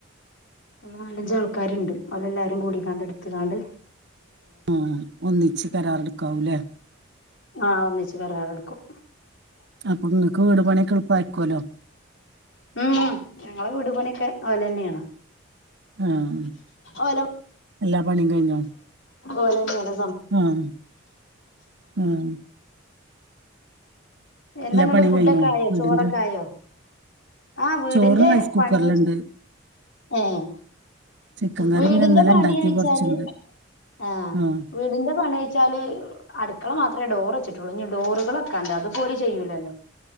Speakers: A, on the left; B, on the right.
A: അല്ല നാലഞ്ച ആൾക്കാരുണ്ട് അവ എല്ലാരും കൂടിക്കാണ്ട് എടുത്ത കാണ്ട്
B: ആ ഒന്നിച്ച് കരാറെ എടുക്കാവൂല്ലേ
A: ആഹ് ഒന്നിച്ച്ച് കരാർ എടുക്കും
B: അപ്പൊ നിങ്ങക്ക് വീട് പണിക്ക് എളുപ്പ ആക്കുവല്ലോ
A: ഉം ഞങ്ങള വീട്പണിയൊക്കെ ഓലെ തന്നെയാണ്
B: ആഹ്
A: ഓര
B: എല്ലാ പണും കഴിഞ്ഞോ
A: ഓലന്നല്ല
B: ആഹ് ഉം
A: എന്താങ്ങ
B: പണിയും
A: ഫുഡൊക്കെ
B: കഴിഞ്ഞോ
A: ആയോ
B: വീടിന്റെ
A: ചോറൊക്കെ ആയോ ആ വീടിന്റെ
B: ചോറ് റൈസ് കുക്കറിലുണ്ട്
A: പണിയച്ച ഏഹ്
B: ചിക്കൻ കറി
A: വീടിന്റെ
B: പിന്നെ ഇന്നലെ
A: പണി
B: ഉണ്ടാക്കിയ
A: അയച്ചാല്
B: കൊറച്ചുണ്ട്
A: ആഹ
B: ആഹ്
A: വീടിന്റെ പണഴച്ചാല് അടുക്കള മാത്രം അത്രേ ഡോർ വെച്ചിട്ടുള്ളൂ ഇ ഡോറുകളൊക്കെ ഉണ്ട് അതുപോലെ ചെയ്യൂലല്ലോ